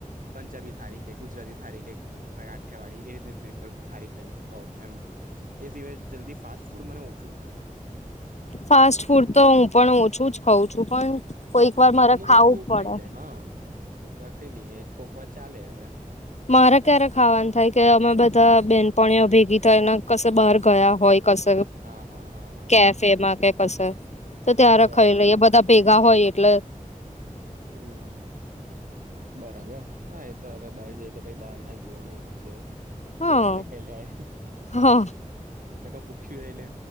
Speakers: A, on the right; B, on the left.
A: પંજાબી થારીખે ગુજરાતી થારીકેે ભાઈ આઠિયાવાડી એ રીત પેપર થારી ક કહ એમ એ સિવાય જલ્દી ફાસ્ટ ફૂડ મને ઓછું ખાવ
B: ફાસ્ટ ફૂડ તો હું પણ ઓછું જ ખઉ છું પણ કોઈક
A: હમ
B: વાર મારે
A: અમુક
B: ખાવું
A: વસ્તુ
B: પડે
A: ખાઈ જાય હા કોકવાર ખાઈ લઈએ એક કોકવાર ચાલે હવે.
B: મારે ક્યારેક ખાવાનું થાય કે અમે બધા બેનપણીઓ ભેગી થાય ને કશે બહાર ગયા હોય કસ
A: હા હા હા હા
B: કેફેમાં
A: હા
B: કે કશે તો ત્યારે
A: બરાબર
B: ખાઈ લઈએ બધા ભેગા હોય એટલે
A: હમ બરાબર હા એ તો હવે બહાર જઈએ તો પછી બહાર ના જ જોવાનું હોય પછી એવું
B: હા
A: જે મલા ખાઈલેઆય-
B: હા
A: નાખ ભૂખી રહી લ